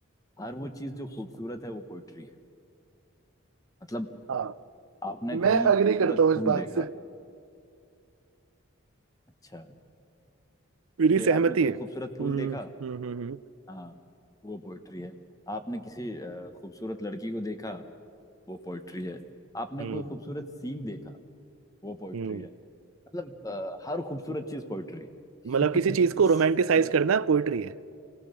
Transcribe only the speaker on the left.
हर वो चीज जो खूबसूरत है वो पोइट्री है मतलब
अ, आपने कहीं
खूबसूरत
फूल
देखा
अच्छा
कि
आपने कोई
खूबसूरत फूल देखा
हाँ वो पोइट्री है आपने किसी अ, खूबसूरत लड़की को देखा वो पोइट्री है आपने
कोई खूबसूरत सीन देखा वो पोइट्री
है मतलब अ, हर खूबसूरत चीज पोइट्री
है
<laughs>
और